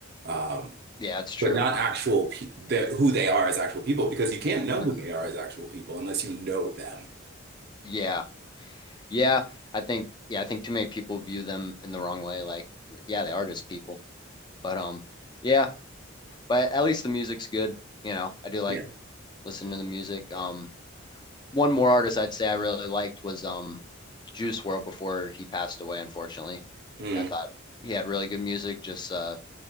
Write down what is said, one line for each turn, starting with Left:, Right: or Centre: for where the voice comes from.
Right: Um,
Left: Yeah, it's true.
Right: but not actual pe the, who they are as actual people because you can't know
Left: Mhm.
Right: who they are as actual people unless you know them.
Left: Yeah, yeah, I think yeah, I think too many people view them in the wrong way. Like yeah, they are just people, but um, yeah, but at least the music's good. You know, I do like
Right: Yeah.
Left: listen to the music. Um. one more artist I'd say I really liked was um Juice World before he passed away, unfortunately.
Right: Mm.
Left: I thought he had really good music. Just uh